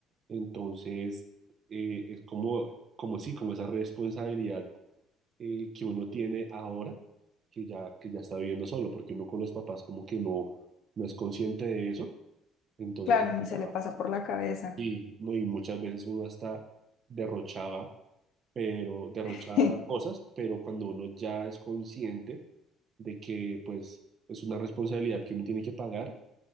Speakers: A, on the right; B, on the left.
A: Entonces, eh, es como, como sí, como esa responsabilidad eh, que uno tiene ahora, que ya, que ya está viviendo solo, porque uno con los papás como que no, no es consciente de eso. Entonces,
B: Claro,
A: hasta-
B: ni se le pasa por la cabeza.
A: eh, no, y muchas veces uno hasta derrochaba, pero derrochaba
B: <laughs>
A: cosas, pero cuando uno ya es consciente de que pues es una responsabilidad que uno tiene que pagar,